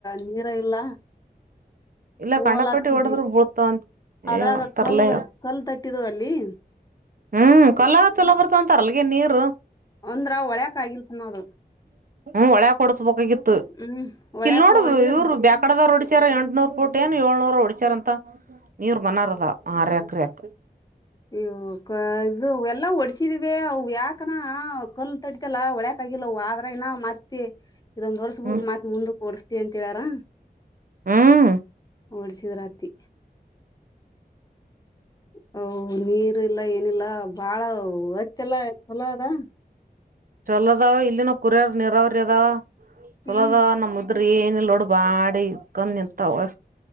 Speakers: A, on the left (about 25°); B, on the right (about 55°).
A: ನೀರ ಇಲ್ಲ
B: ಇಲ್ಲ
A: ಹೋಲ
B: ಕಂಡಪಟ್ಟಿ
A: ಹಾಕ್ಸಿದೀ
B: ಹೊಡದ್ರ ಬೀಳ್ತಾವಂತ
A: ಅದ್ರಾಗ
B: ಏ ತರ್ಲೆಯ
A: ಕೊಲ್ಲತ್ ಒಂದು ತಟ್ಟಿದ್ವ ಅಲ್ಲಿ
B: ಹ್ಮ್ ಕೊಲ್ಲ ಚೊಲೋ ಬರ್ತ ಅಂತಾರ ಅಲ್ಗೆ ನೀರು
A: ಒಂದ್ರ ಒಳಯಕ್ ಇಳಿಸಿನೋದು
B: ಹ್ಮ ಒಳೆ ಕೊಡ್ಸ್ಬೇಕಾಗಿತ್ತು
A: ಹ್ಮ್ ಒಳ್ಯಾಕ
B: ಇಲ್ಲಿ ನೋಡು
A: ಹೊಡ್ಸಿದ್ರ
B: ಇವರು ಬ್ಯಾೇಕಡದ ರೋಡ್ ಹಚಾರ ಎಂಟ್ನೂರ್ ಪುಟ ಏನ್ ಏಳ್ನೂರ ಹುಡ್ಕ್ಯಾ ರ್ ಅಂತ ನೀರ್ ಮನಾರದ ಆರ್ ಎಕರೆ ಇತ್
A: ಇವ್ ಕ ಇದು ಎಲ್ಲ ಓಡ್ಸ ಹಚ್ಚಿದ್ವಿ <unintelligible> ಅವು ಯಾಕನಾ ಕಲ್ ತಡತಲ್ಲ ಒಳ್ಯಕ ಆಗಿಲ್ಲ ಅವ ಆದ್ರ ನ ಮತ್ತೆ ಇದೊಂದ ಹೊರ್ಸ್ಬಿಟ್ಟು
B: ಹ್ಮ್
A: ಮಾತ್ ಮುಂದಕ್ ಓಡ್ಸ್ತಿ ಅಂತ ಹೇಳಾರ
B: ಹ್ಮ್
A: ಹೊಡ್ಸಿದ್ರೆ ಹತಿ ಹೊ ನೀರುಲ್ಲ ಏನಿಲ್ಲ ಬಾಳ ಹತ್ ಎಲ್ಲಾ ಚಲೋ ಅದ
B: ಚಲೋದ ಇಲ್ಲಿನ ಕುರ್ಯಾರ ನೀರಾವರಿ ಅದ ಚಲೋದ
A: ಹ್ಮ್
B: ನಮ್ ಮುದ್ ಅ್ರ ಏನಿಲ್ಲ ನೋಡ್ ಬಾಡಿ ಇಕೊಂಡ್ ನಿಂತಾವ